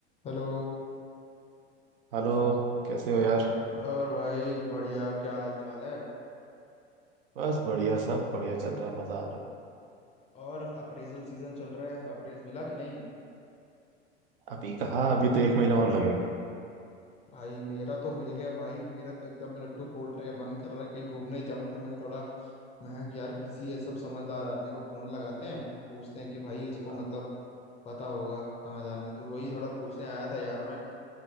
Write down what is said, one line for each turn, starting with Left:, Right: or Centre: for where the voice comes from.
Left: Hello
Right: Hello कैसे हो यार
Left: और भाई बढ़िया क्या हाल चाल है
Right: बस बढ़िया सब बढ़िया चल रहा है मजा आ रहा
Left: और अप्रेजल सीजन चल रहा है अप्रेज मिला कि नहीं
Right: है अभी कहाँ अभी तो एक महीना और लगेगा
Left: भाई मेरा तो मिल गया भाई मेरा तो एकदम लड्डू फूट रहे हैं, मन कर रहा है कहीं घूमने जाऊं तो मैं थोड़ा मैं कहा, यार किसी ऐसा समझदार आदमी को फोन लगाते हैं पूछते हैं कि भाई उसको
Right: हाँ,
Left: मतलब पता होगा कहाँ जाना है तो वही थोड़ा पूछने आया था यार मैं